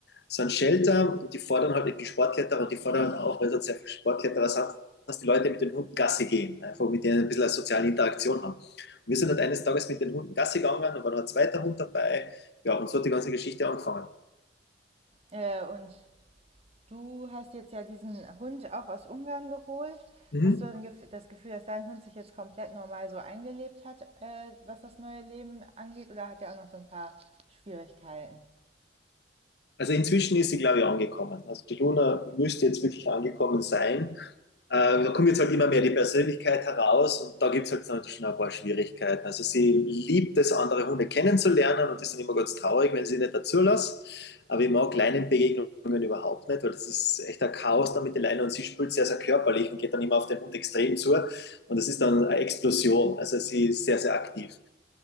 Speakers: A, on the left; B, on the right.
A: so ein Shelter und die fordern halt die Sportkletterer und die fordern auch, weil es halt sehr viele Sportkletterer sind, dass die Leute mit den Hunden Gassi gehen, einfach mit denen ein bisschen eine soziale Interaktion haben. Und wir sind halt eines Tages mit den Hunden Gassi gegangen und war noch ein zweiter Hund dabei. Ja, und so hat die ganze Geschichte angefangen.
B: Äh, und du hast jetzt ja diesen Hund auch aus Ungarn geholt.
A: Mhm.
B: Hast du das Gefühl, dass dein Hund sich jetzt komplett normal so eingelebt hat, äh, was das neue Leben angeht? Oder hat er auch noch so ein paar Schwierigkeiten?
A: Also inzwischen ist sie, glaube ich, angekommen. Also die Luna müsste jetzt wirklich angekommen sein. Äh, da kommt jetzt halt immer mehr die Persönlichkeit heraus und da gibt es halt dann schon ein paar Schwierigkeiten. Also sie liebt es, andere Hunde kennenzulernen und ist dann immer ganz traurig, wenn sie nicht dazu lässt. Aber ich mag Leinenbegegnungen überhaupt nicht, weil das ist echt ein Chaos da mit den Leinen und sie spielt sehr, sehr körperlich und geht dann immer auf den Hund extrem zu und das ist dann eine Explosion. Also sie ist sehr, sehr aktiv.